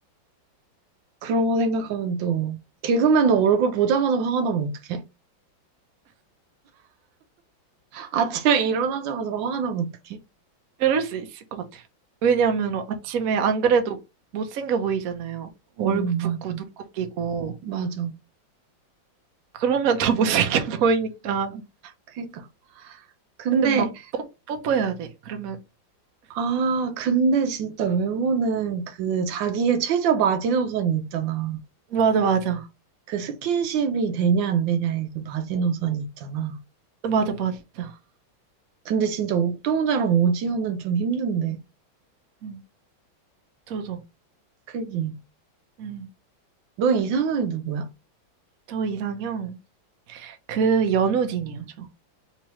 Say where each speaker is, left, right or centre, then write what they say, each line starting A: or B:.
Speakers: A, on the right; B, on the right.
A: 그런 거 생각하면 또 개그맨은 얼굴 보자마자 화가 나면 어떡해? 아침에 일어나자마자 막 화가 나면 어떡해?
B: 그럴 수 있을 것 같아요. 왜냐하면 아침에 안 그래도 못생겨 보이잖아요.
A: 오,
B: 얼굴 붓고
A: 맞아.
B: 눈곱 끼고
A: 맞아.
B: 그러면 더 <laughs> 못생겨 보이니까.
A: 그러니까. 근데,
B: 근데 막 뽀, 뽀뽀해야 돼. 그러면
A: 아, 근데 진짜 외모는 그 자기의 최저 마지노선이 있잖아.
B: 맞아 맞아
A: 그 스킨십이 되냐 안 되냐의 그 마지노선이 있잖아.
B: 맞아 맞아.
A: 근데 진짜 옥동자랑 오지호는 좀 힘든데.
B: 응, 저도.
A: 그지?
B: 음,
A: 너 이상형이 누구야?
B: 저 이상형, 그 연우진이요, 저.